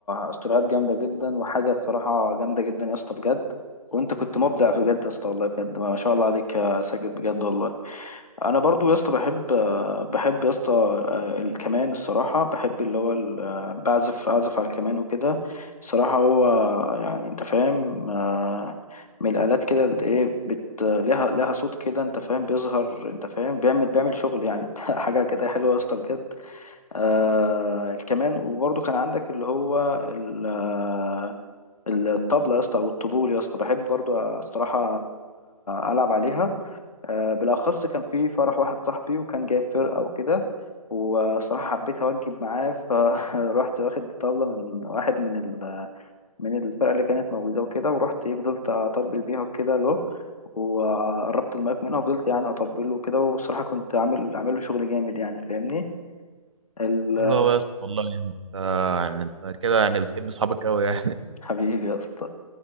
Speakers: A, on the left (about 75°); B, on the right (about 50°).
A: استوديوهات جامده جدا وحاجه الصراحه جامده جدا يا اسطى بجد وانت كنت مبدع بجد يا اسطى والله بجد ما شاء الله عليك يا ساجد بجد والله انا برضو يا اسطى بحب بحب يا اسطى الكمان الصراحه بحب اللي هو ال- بعزف اعزف على الكمان وكده الصراحه هو يعني انت فاهم آه، من الالات كده اللي ايه بت لها لها صوت كده انت فاهم بيظهر انت فاهم بيعمل بيعمل شغل يعني <laughs> حاجه كده حلوه يا اسطى بجد آه، الكمان وبرضو كان عندك اللي هو ال- آه، الطبله يا اسطى او الطبول يا اسطى بحب برضو الصراحه آه، العب عليها آه، بالأخص كان في فرح واحد صاحبي وكان جايب فرقة وكده وصراحة حبيت أوجب معاه فروحت <laughs> واخد طبلة من واحد من ال من الفرقة اللي كانت موجودة وكده ورحت إيه، فضلت أطبل بيها وكده له وقربت المايك منها وفضلت يعني أطبله وكده والصراحة كنت عامل عامل له شغل جامد يعني فاهمني ال-
B: بقول له يا اسطى والله يعني انت يعني انت كده يعني بتحب اصحابك قوي يعني
A: <laughs> حبيبي يا اسطى